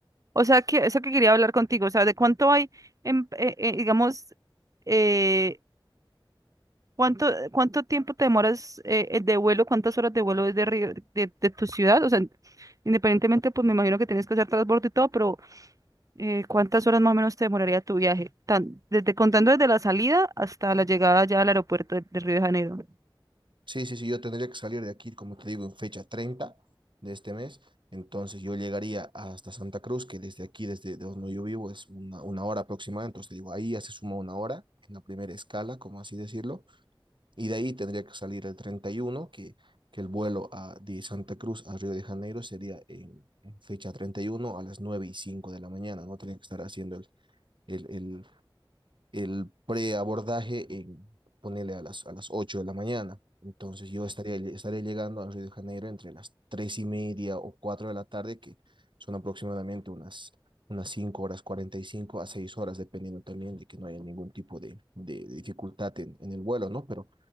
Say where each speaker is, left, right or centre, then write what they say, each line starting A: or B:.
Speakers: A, on the right; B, on the right.
A: o sea, que eso que quería hablar contigo, o sea, de cuánto hay, en, eh, eh, digamos, eh, cuánto, cuánto tiempo te demoras eh, eh, de vuelo, cuántas horas de vuelo desde Río, de, de tu ciudad, o sea, independientemente, pues me imagino que tienes que hacer transbordo y todo, pero eh, cuántas horas más o menos te demoraría tu viaje, tan, desde contando desde la salida hasta la llegada ya al aeropuerto de, de Río de Janeiro.
B: Sí, sí, sí, yo tendría que salir de aquí, como te digo, en fecha 30 de este mes. Entonces yo llegaría hasta Santa Cruz, que desde aquí, desde de donde yo vivo, es una, una hora aproximada. Entonces te digo, ahí ya se suma una hora en la primera escala, como así decirlo. Y de ahí tendría que salir el 31 que, que el vuelo a, de Santa Cruz a Río de Janeiro sería en, en fecha 31 a las 9 y 5 de la mañana. No tendría que estar haciendo el, el, el el preabordaje en ponerle a las, a las 8 de la mañana. Entonces yo estaría, estaría llegando a Río de Janeiro entre las 3 y media o 4 de la tarde, que son aproximadamente unas, unas 5 horas 45 a 6 horas, dependiendo también de que no haya ningún tipo de, de, de dificultad en, en, el vuelo, ¿no? Pero